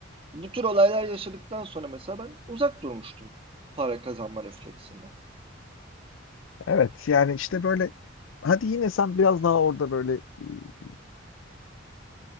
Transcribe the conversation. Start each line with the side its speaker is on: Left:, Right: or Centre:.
Right: Bu tür olaylar yaşadıktan sonra mesela ben uzak durmuştum para kazanma refleksinden.
Left: Evet yani işte böyle hadi yine sen biraz daha orada böyle e,